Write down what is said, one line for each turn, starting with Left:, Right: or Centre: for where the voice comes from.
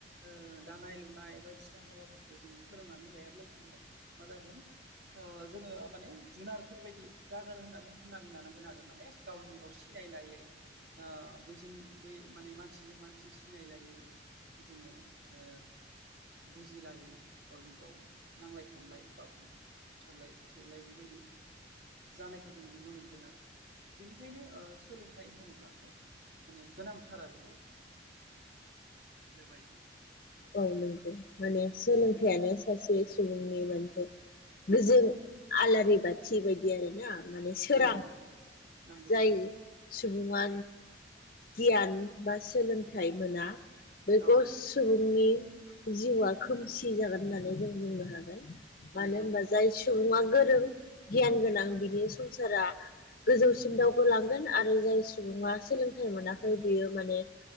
Right: ओ दानाय लुनाय बायदिसिना हाबाफोरखौ जोङो सोलोंनानै लायाब्ला जोङो मा जागोन ओ जोङो माने जुनारफोरबायायदि जागोन होननानै बुंनानै लानांगोन आरो माने गावजों गाव सिनायलायै ओ बैजों बै माने मानसिजों मानसि सिनायलायै जोङो ओ बुजिलायै गावजों गाव नांलाय खमलाय बा बु बुथारलाय सौलाय बेबायदि जानायखौ जोङो नुनो मोनगोन आरो बेनिखायनो ओ सोलोंथाइ होनोब्लाथ' माने गोनांथार आरो बेयो बेबायायदि
Left: औ नंगौ माने सोलोंथाइयानो सासे सुबुंनि मोनसे गोजों
Right: औ
Left: आलारि बाथि बायदि आरो ना। माने सोरां
Right: नंगौ नंगौ
Left: जायो सुबुङा गियान बा सोलोंथाइ मोना बेखौ
Right: औ
Left: सुबुंनि जिउआ खोमसि जागोन होननानै जों बुंनो हा गोन मानो
Right: नंगौ
Left: होनबा जाय सुबुङा गोरों गियान गोनां बिनि संसारा गोजौसिम दावगालांगोन आरो जाय सुबुङा सोलोंथाइ मोनाखै बियो माने